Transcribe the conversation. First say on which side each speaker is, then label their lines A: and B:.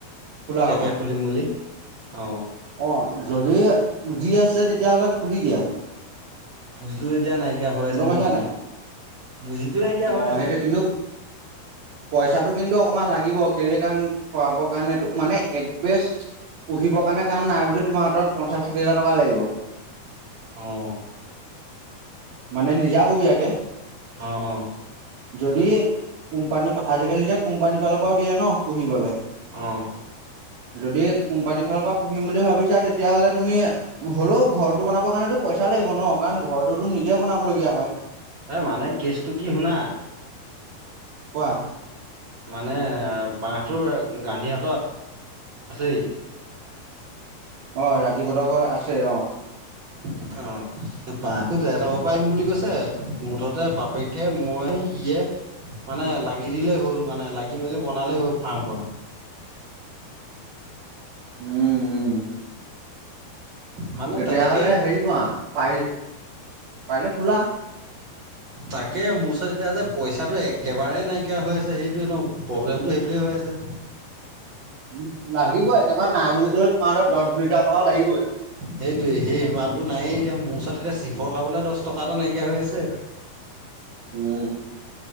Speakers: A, on the right (about 65°); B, on the right (about 30°).
A: খোলা
B: তেকে
A: কথা
B: খুলিম বুলি অ
A: অ যদি পুঁজি আছে তেতিয়াহ'লে খুলি দিয়া
B: বুজিতো এতিয়া নাইকিয়া হৈ আছে
A: গম
B: ন
A: পাইছা নাই?
B: বুজিটো নাইকিয়া
A: অ'
B: হৈ আছে
A: সেইটো কিন্তু পইচাটো কিন্তু অকমান লাগিব খলে কাৰ খোৱাব কাৰণো মানে এক বেষ্ট পুহিব কাৰে কণ নাই বুলি তোমাৰ হাতত পঞ্চা ষাঠি হাজাৰ টকা লাগিব
B: অ
A: মানে নিজাববীয়াকে
B: অ অ
A: যদি কোম্পানী আজিকালি যে কোম্পানী ফালৰ পৰাও দিয়ে ন পুহিবলৈ
B: অ
A: যদি কোম্পানীৰ ফালৰ পৰা পুহিম বুলি ভাবিছা তেতিয়াহলে তুমি হ'লেও ঘৰটো বনাব কাৰণেতো পইচা লাগিব ন কাৰণ ঘৰটোতো নিজে বনাব লগীয়া হয়
B: এ মানে কেচটো কি শুনা
A: কোৱা
B: মানে বাহতৰ গান্ধী হতৰ আ আছে
A: অ ৰাজী বতৰ ঘৰ আছে অ
B: <inaudible> অ বাহটোত এটা ঘ পৰা আহিম বুলি কৈছে মুঠতে বাপেকে মই সিয়ে মানে লাগি দিলেই হ'ল মানে লাগি মেলি বনালেই হ'ল ফাৰ্মখন
A: উম উম
B: মানে
A: তেতিয়াহ'লে
B: তেনেকে
A: হেৰি কৰাোৱা পাৰ পাৰিলে খোলা
B: তাকে মোৰ ওচৰত এতিয়া যে পইচাটো একেবাৰে নাইকিয়া হৈ আছে সেইটোোৱে ন প্ৰব্লেমতটো সেইটোোৱে হৈ আছে
A: উ লাগিব একেবাৰে নাই বুলি কলে তোমাৰ ধ দহ বিশ হাৰ টকা লাগিবই
B: সেইটোৱে সেই ইমানতটো নায়েই এতিয়া মোৰ ওচৰত এতিয়া চিখৰ খাবলৈ দহ টকা এটা নাইকিয়া হৈ আছে <inaudible>
A: উম